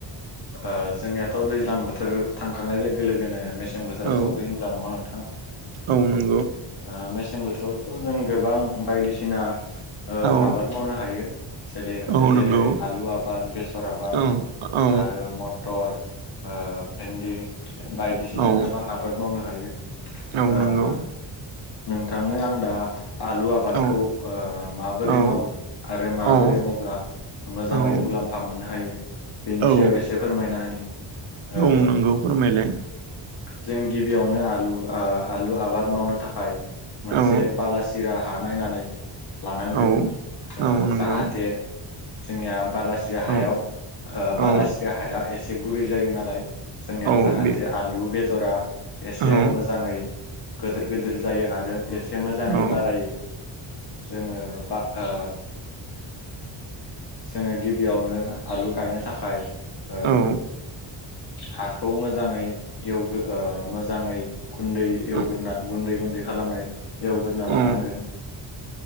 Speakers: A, on the left; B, on the right.
A: ओ जोंनियाथ' दैज्लां बोथोर थांखांनाय लोगो लोगोनो मेसें बोथोराव
B: औ
A: सफैयो होनब्ला नङा नोंथां
B: औ नों
A: ओ मेसें बोथोरावथ' जों गोबां बायदिसिना
B: औ
A: आबाद मावनो हायो जेरै
B: औ
A: जेरै
B: नंगौ
A: आलु आबाद बेसर आबाद
B: औ औ
A: आरो मटर ओ भेन्दि बायदिसिना
B: औ
A: गोबां आबाद मावनो हायो
B: औ
A: ओ
B: नोंगौ
A: नोंथांनो आं दा आलु आबादखौ
B: औ
A: ओ माबोरै
B: औ
A: मावो आरो माबोरै
B: औ
A: मावब्ला मोजाङै
B: औ
A: मुलाम्फा मोननो हायो बेनि
B: औ
A: सायाव एसे फोरमायना होनि ओ
B: औ नंगौ फोरमायलाय
A: जों गिबियावनो आलु ओ आलु आबाद मावनो थाखाय मोनसे
B: औ
A: बालासिरा हा नायनानै लानांगोन
B: औ
A: ओ
B: औ नंगौ
A: जाहाथे जोंनिया बालासिरिया हायाव
B: औ
A: ओ बालासिरिया
B: औ
A: हाया एसे गुरै जायो नालाय जोंनिया
B: औ
A: जाहाथे
B: बे
A: आलु बेदरा एसे
B: औ
A: मोजाङै गोदोर गोदोर जायो आरो एसे मोजाङै
B: औ
A: बारायो जोङो बा ओ जोङो गिबियावनो आलु गायनो थाखाय ओ
B: औ
A: हाखौ मोजाङै एवगोर ओ मोजाङै खुन्दै
B: औ
A: एवग्रोना गुन्दै गुन्दै खालामनाय एवगोरना
B: औ
A: लानांगोन